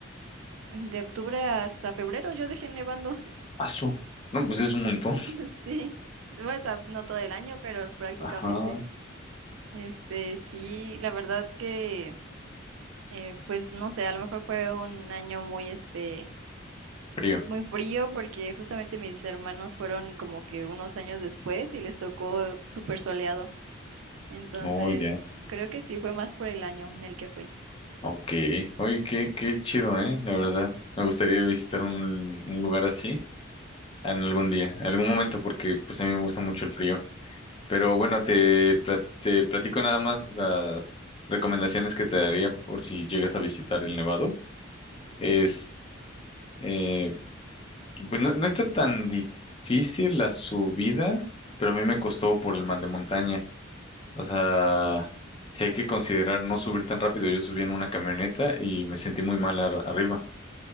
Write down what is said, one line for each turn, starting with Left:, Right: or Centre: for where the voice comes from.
Right: de octubre hasta febrero, yo dejé nevando.
Left: Paso. No, pues es un montón.
Right: <laughs> Sí, bueno, o sea, no todo el año, pero prácticamente.
Left: Ajá.
Right: Este, sí, la verdad que eh, pues no sé, a lo mejor fue un año muy, este,
Left: Frío.
Right: muy frío porque justamente mis hermanos fueron como que unos años después y les tocó súper soleado. Entonces,
Left: Oh, ya.
Right: creo que sí fue más por el año en el que fui.
Left: Ok. Oye, qué, qué chido, ¿eh? La verdad.
Right: Ujú.
Left: Me gustaría visitar un, un lugar así en algún día, en algún momento, porque pues a mí me gusta mucho el frío. Pero bueno, te, pla- te platico nada más las recomendaciones que te daría por si llegas a visitar el Nevado. Es, eh, pues no, no está tan difícil la subida, pero a mí me costó por el mal de montaña. O sea,
Right: Mm.
Left: sí hay que considerar no subir tan rápido. Yo subí en una camioneta y me sentí muy mal ar- arriba.